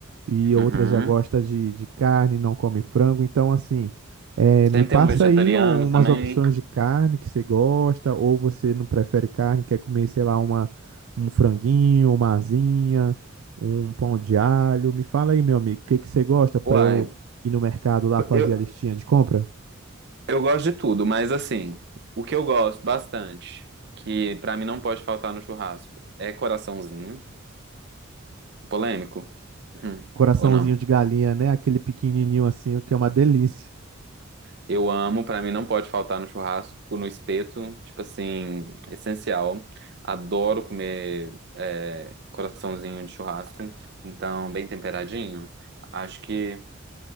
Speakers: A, on the right; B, on the right.
A: e outras
B: Uhum.
A: já gosta de, de carne, não come frango. Então, assim, é,
B: Sempre
A: me passa
B: tem um vegetariano
A: aí um- umas
B: também.
A: opções de carne que você gosta, ou você não prefere carne, quer comer, sei lá, uma, um franguinho, uma asinha, um pão de alho. Me fala aí, meu amigo, o que que você gosta para
B: Uai,
A: eu ir no mercado lá fazer
B: eu,
A: a listinha de compra?
B: eu gosto de tudo, mas assim, o que eu gosto bastante, que pra mim não pode faltar no churrasco, é coraçãozinho. Polêmico? Hum,
A: Coraçãozinho
B: Ou não?
A: de galinha, né? Aquele pequenininho assim, o que é uma delícia.
B: Eu amo, pra mim não pode faltar no churrasco, no espeto, tipo assim, essencial. Adoro comer é, coraçãozinho de churrasco, então bem temperadinho. Acho que